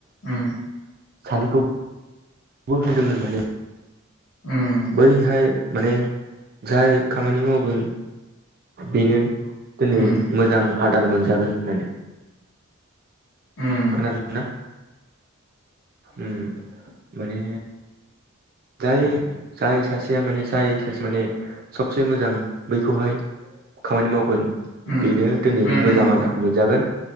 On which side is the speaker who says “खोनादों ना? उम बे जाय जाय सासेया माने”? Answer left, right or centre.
Right